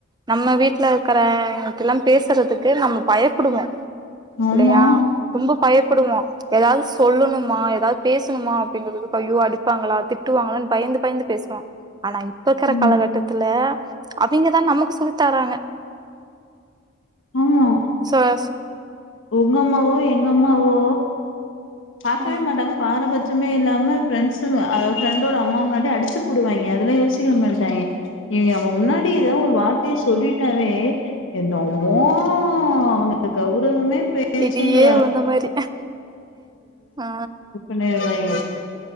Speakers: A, on the right; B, on the left.
A: நம்ம வீட்ல இருக்கறங்கிட்ட எல்லா பேசுறதுக்கு நம்ம பயப்படுவோ
B: ஆமா
A: இல்லையா ரொம்ப பயப்படுவோ ஏதாது சொல்லணுமா ஏதாது பேசணுமா அப்படிங்குறதுக்கு ஐயோ அடிப்பாங்களா திட்டுவாங்களான்னனு பயந்து பயந்து பேசுவோ ஆனா இப் ப இக்கிற
B: ம்
A: காலகட்டத்துல அவிங்கதா நமக்கு சொல்லி தராங்க
B: ஆமா
A: சொயாஸ்
B: உங்க அம்மாவோ எங்க அம்மாவோ பாக்கவே
A: ம்
B: மாட்டாங்க பாரபச் சமே இல்லாம ஃப்ரெண்ட்ஸு அதாது ஃப்ரெண்டோட அம்மா முன்னாடி அடிச்சு புடுவாய்ங்க அதெல்லா யோசிக்க மாட்டாய்ங்க இவிங்க நம்ம முன்னாடி ஏதோ ஒரு வார்த்தைய ஸ் சொல்லிட்டாவே என்னமோ அவனுக்கு கௌரவமே போயிருச்சுன்னு
A: இடியே விழுந்த மாரி ஆ
B: நே இத பாருங்க